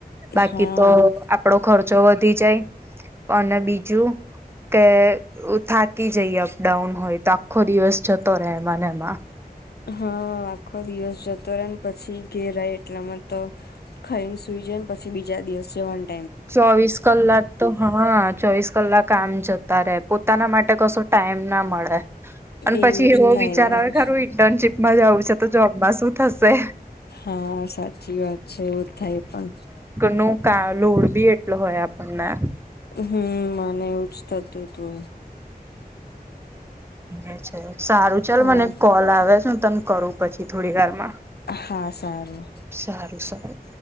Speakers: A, on the right; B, on the left.
A: બાકી
B: હા
A: તો આપડો ખર્ચો વધી જાય. અને બીજું કે થાકી જઈએ અપડાઉન હોય તો આખો દિવસ જતો રહે એમાંને એમાં.
B: હા આખો દિવસ જતો રહે ને પછી ઘેર આઈ એટલામાં તો ખઈને સુઈ જઈને પછી બીજા દિવસ જવાનું.
A: ચોવીસ કલાક તો હા ચોવીસ કલાક કામ જતા રહે. પોતાના માટે કશો ટાઈમ ના મળે. અને
B: એવું
A: પછી
B: જ
A: એવો
B: થાય
A: વિચાર આવે કે હારું ઇન્ટર્નશીપમાં જ આવું છે તો જોબમાં શું થશે.
B: હા સાચી વાત છે એવું જ થાય પણ.
A: નો કા લોડ બી એટલો હોય આપણને.
B: હમ મને એવું જ થતું તું.
A: એ છે. સારું ચાલ
B: હા
A: મને કોલ આવે છે તને કરું પછી થોડી વારમાં.
B: હા સારું.
A: સારું સારું.